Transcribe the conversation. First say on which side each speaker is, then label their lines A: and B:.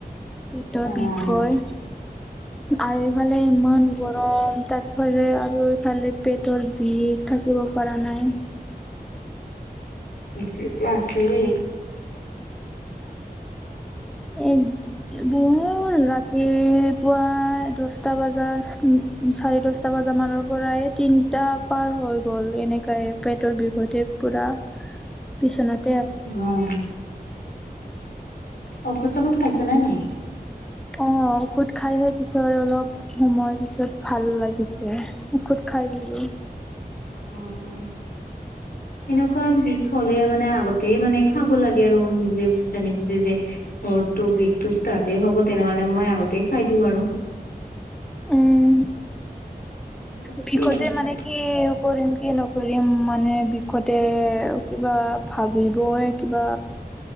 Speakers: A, in the centre; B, on the left.
A: পেটৰ
B: অ'
A: বিষয় আৰু এইফালে ইমান। গৰম তাত ফলে আৰু ইফালে পেটৰ বিষ থাকিব পৰা নাই।
B: সেইটোতো আছেই।
A: এ মোৰ ৰাতি পুৱাই দহটা। আাতটা বজা চাৰে দশটা বজা মানৰ পৰা তিনিটা। পাৰ হৈ গ'ল এনেকাই পেটৰ বিহুতে পুৰা বিচনাত।
B: অঁ। ঔষধ সৌষদ খাইছা নে নাই?
A: অ ঔষধ খাইহে পিছত অলপ। সময় পিছত ভাল লাগিছে ঔষধ খাই দিলো।
B: অঁ, অঁ। সেনেকুৱা বিষ হ'লে মানে আগতে মানে খাব লাগে আৰু নিজে জানি বুজি যে। ঘৰটো বিশ টো ষ্টাৰ্ট এ হ'ব তেনেহলে মই আগতে খাই দিওঁ আৰু।
A: উম
B: লাগিছিল
A: বিষতে
B: আগতে।
A: মানে কি কৰিম কি নকৰিম মানে বিষতে। আৰু কিবা ভাবিবই কিবা।